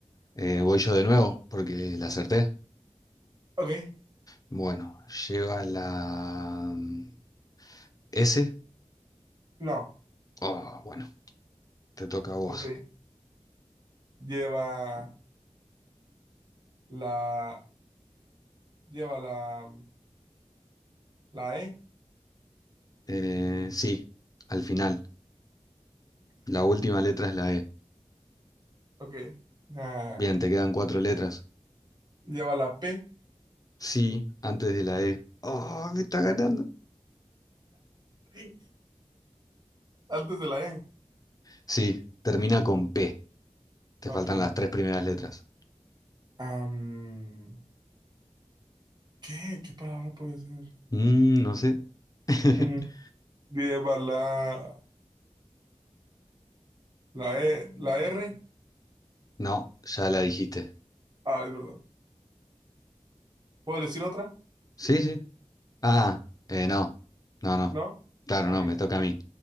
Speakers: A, on the left; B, on the right.
A: Eh, voy yo de nuevo porque la acerté.
B: Ok.
A: Bueno, lleva la mm, S.
B: No,
A: Oh, bueno, te toca a vos.
B: ok. Lleva la, lleva la, la E.
A: Eh, sí, al final.
B: Ok.
A: La última letra es la E.
B: Ok. Ah,
A: Bien, te quedan cuatro letras.
B: lleva la P
A: Sí, antes de la E. Oh, me está ganando.
B: <laughs> antes de la E.
A: Sí, termina con P. Te
B: Ok.
A: faltan las tres primeras letras.
B: Am, ¿qué? ¿Qué palabra puede ser?
A: Mm, no sé. <laughs>
B: Mm, lleva la, la E, la R.
A: No, ya la dijiste.
B: Ah, es verdad. ¿Puedo decir otra?
A: Sí, sí. Ah, eh, no. No, no.
B: ¿No?
A: Claro,
B: Ok.
A: no, me toca a mí.